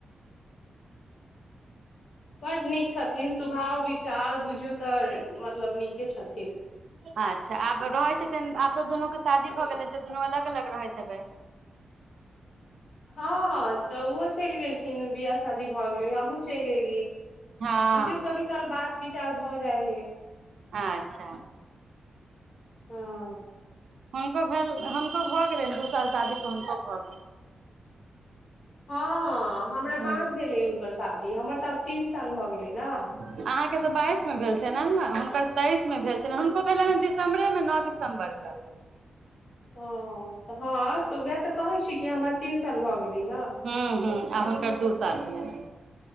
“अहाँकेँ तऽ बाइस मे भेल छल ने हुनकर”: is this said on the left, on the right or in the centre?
Right